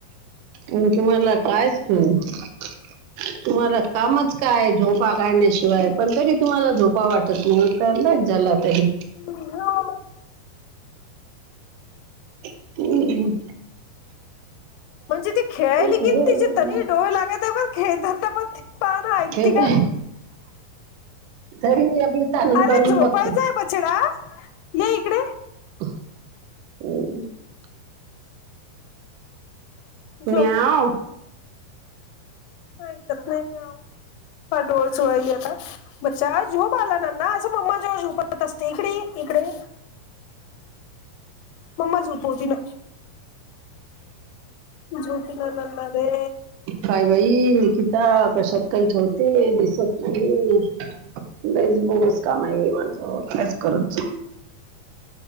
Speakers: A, on the right (about 80°); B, on the left (about 85°).
A: आणखी मला कायच <unintelligible> तुम्हाला कामच काय झोपा काढण्याशिवाय पण तरी तुम्हाला झोपा वाटत नाय. तरला झाला तेनी
B: <unintelligible> <inaudible>
A: हम्म हम्म.
B: म्हणजे ती खेळायली
A: खेळ
B: किन तरी तिचे तरी
A: ना
B: डोळे लागतये बघ खेळताना पण पार ऐकती
A: खेळत
B: का.
A: आहे तरी मी आपली ताणून
B: अरे
A: ताणून
B: झोपायचय
A: बघते
B: बछडा ये इकडे
A: <inaudible> म्याव.
B: झोप आयकत नाय म्याव पहा डोळ चोळायली आता बच्च्या झोप आला न ना असं मम्मा जवळ झोपत असते इकड ये इकड ये. मम्मा झोपवती ना झोप ना नन्ना रे.
A: काय बाई निकिता कशात काय ठेवते दिसत नाई. लईच बोगस काम हाय हे माझं कायच करायचं